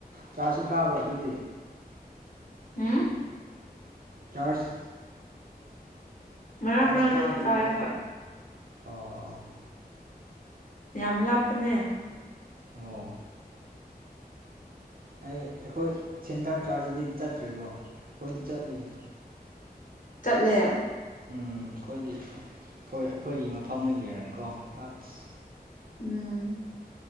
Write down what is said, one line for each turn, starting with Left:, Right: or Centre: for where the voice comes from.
Right: ꯆꯥꯔꯂꯁꯨ ꯀꯥꯕ ꯑꯗꯨꯗꯤ
Left: ꯑꯝ
Right: ꯆꯥꯔꯖ
Left: ꯃꯔꯛ
Right: ꯆꯥꯔꯖ
Left: ꯃꯔꯛ
Right: ꯀꯥꯗ꯭ꯔꯤꯕꯣ
Left: ꯇꯗꯤ ꯀꯥꯏꯌꯦ ꯍꯣꯏ
Right: ꯑꯣ ꯑꯣ
Left: ꯌꯥꯝ ꯂꯥꯞꯄꯅꯦ
Right: ꯑꯣ ꯑꯩ ꯑꯩꯈꯣꯏ ꯁꯦꯟꯇꯔ ꯆꯥꯔꯆꯇꯗꯤ ꯆꯠꯇ꯭ꯔꯤꯕꯣ ꯑꯩꯈꯣꯏꯗꯤ ꯆꯠꯂꯤ <inaudible>
Left: ꯆꯠꯂꯦ
Right: ꯎꯝ ꯑꯩꯈꯣꯏꯗꯤ ꯑꯩꯈꯣꯏ ꯑꯩꯈꯣꯏꯒꯤ ꯃꯐꯝꯗꯒꯤꯔ ꯀꯣ ꯑꯁ
Left: ꯎꯝ